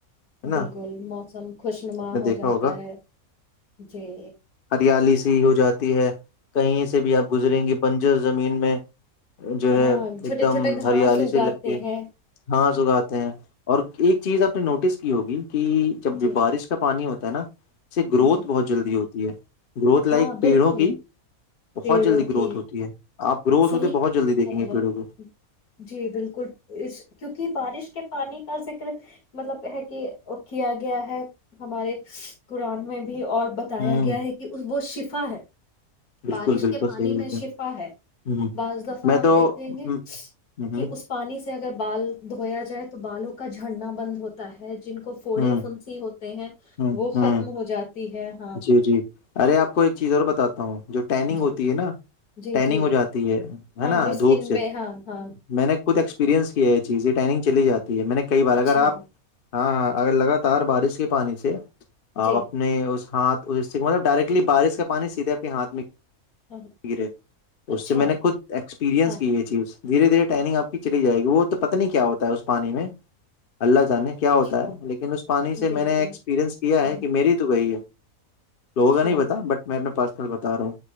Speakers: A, on the left (about 50°); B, on the left (about 85°).
A: ہے نا
B: بالکل موسم خوش نما
A: آپ نے
B: ہو
A: دیکھا
B: جاتا
A: ہوگا
B: ہے جی <unintelligible>
A: ہریالی ہو جاتی ہے <unintelligible> کہیں سے بھی آپ گزریں گے <unintelligible> بنجر زمین میں <unintelligible> جو ہے
B: ہاں
A: ایک
B: چھوٹے
A: دم
B: چھوٹے گھاس
A: ہریالی
B: اگاتے
A: سے لگتی ہے
B: ہیں
A: ہاں سگاتے ہیں <unintelligible> اور ایک چیز آپ نے نوٹس کی ہوگی <unintelligible> کہ جب
B: جی
A: بارش کا پانی ہوتا <unintelligible> ہے نا <inaudible> سے گروت
B: جی
A: بہت جلدی ہو <unintelligible> ہے <inaudible> گروتھ لائک
B: ہاں
A: پیڑھوں
B: بالکل
A: کی <unintelligible> بہت
B: پیڑوں
A: جلدی گروتھ
B: کی
A: ہوتی ہے <unintelligible> آ گروت
B: صحیح
A: ہو تو بہت جلدی دیک
B: کہہ
A: <unintelligible>
B: رہے
A: پٹوکو <unintelligible>
B: جی بالکل اس کیونکہ بارش کے پانی کا ذکر مطلب ہے کہ کیا گیا ہے ہمارے قرآن میں <unintelligible> بھی اور بتایا
A: ہوں
B: گیا ہے کہ اس وہ شیفٹ <unintelligible> ف ہے <inaudible>
A: بالکل
B: بارش
A: بالکل
B: کے پانی
A: صحیح بول
B: میں شفا ہے
A: ہ
B: بعض دفعہ
A: میں
B: آپ
A: تو
B: دیکھیں گے
A: ہوں
B: <unintelligible> کہ
A: ہوں
B: اس پانی سے <unintelligible> سے اگر بال دھویا جائے تو بالوں کا جڑنا بند ہوتا ہے <unintelligible>
A: ہوں ہوں ہوں
B: <inaudible> ہے ہاں
A: جی جی ارے آپ کو ایک چیز اور بتاتا تو جو ٹیننگ
B: جی
A: ہوتی ہے نا
B: جی
A: ٹیننگ
B: جی
A: ہو جاتی ہے
B: ہاں
A: ہے نا
B: جو اسکن
A: دھوپ سے
B: پ ہاں ہاں
A: میں نے خود ایکسپیرئنس یہ چیز یہ ٹنگ چلی جاتے ٹھیک ہے میں نے کئی بار
B: اچھا
A: اگر آپ ہاں ہ اگر لگا تار بارش کے پانی سے
B: جی
A: آپ اپنے اس ہاتھ مطلب ڈائریکٹلی بارش کا پانی سیدھے اپپ کے ہاتھ میں
B: ہاں ہاں
A: گرے
B: اچھا
A: اس سے میں نے خود ایکسپیرئنس
B: ہاں
A: کی یہ چیز دھیرے دھیرے ٹائنگ آپ کی چلی جائے گی وہ تو پتتا نہیں کیا ہوتا ہے اس پانی میں اللہ کیا ہوتا
B: اچھا
A: ہے لیکن اس پانی سے
B: جی
A: میں نے
B: جی
A: ایکسپیرنس کیا
B: ہوں،
A: ہے کہ میری تو گئی ہے تو
B: اچھا
A: ہوگا نہیں پتا بٹ میر پاس کل بتا رہا ہوں